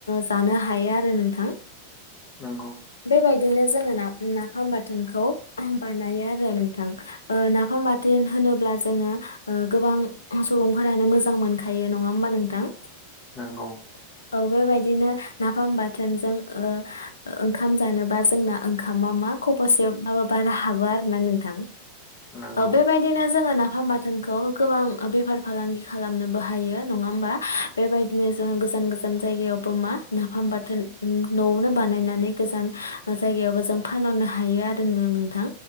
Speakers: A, on the left (about 70°); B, on the left (about 30°).
A: जानो हायो आरो नोंथां
B: नंगौ
A: बेबायदिनो जोङो ना नाफाम बाथोनखौ बानायो आरो नोंथां ओ नाफाम बाथोन होनोब्ला जोङो ओ गोबां सुबुंफोरानो मोजां मोनखायो नङा होमबा नोंथां औ
B: नंगौ
A: बेबायदिनो नाफाम बाथोनजों ओ ओ ओंखाम जानोबा जोंना ओंखामा मा खबरसे माबा बारा हाबो आरो ना नोंथां
B: नंगौ
A: बेबायदिनो जोङो ना नाफाम बाथोनखौ गोबां बेफार फालांगि खालामनोबो हायो नङा होमबा बेबायदिनो जोङो गोजान गोजान जायगायावबो मा नाफाम बाथोन न'आवनो बानायनानै गोजान जायगायावबो जों फानहरनो हायो आरो नोंथां